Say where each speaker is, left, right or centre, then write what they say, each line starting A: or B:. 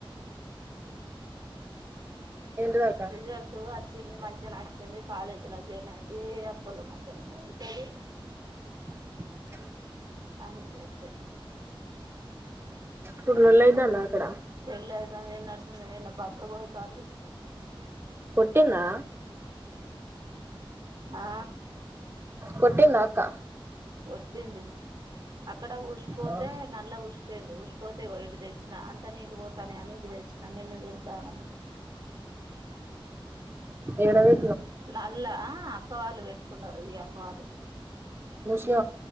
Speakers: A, on the right; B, on the right.
A: ఏంటిదక్క
B: రిజల్ట్ అది వచ్చింది మంచిగా నచ్చింది కాలేజీలో జేరినది అప్పులో మంచినే చదువుతంది
A: <inaudible>
B: అ నేను జేతే
A: కుర్లలో ఇదానా అక్కడ
B: పెళ్ళయితే నే ఏంది అరుసుకుంటా నే బక్క గౌతాంది
A: పుట్టిందా
B: ఆ
A: కొట్టిందా అక్క
B: కొట్టింది అక్కడ ఉసిపోతే
A: ఆ
B: నల్ల ఉసిపోయింది ఉసిపోతే ఇదిగో యిట్ తెచ్చి అంతా నీలు పోతానాయని తెచ్చిన నిన్న తేదమని
A: ఎడావే
B: నల్ ఆహ్ అక్కవాళ్ళు వెట్ పట్టుకున్నారు ఈ అక వాళ్ళు
A: ముస్లి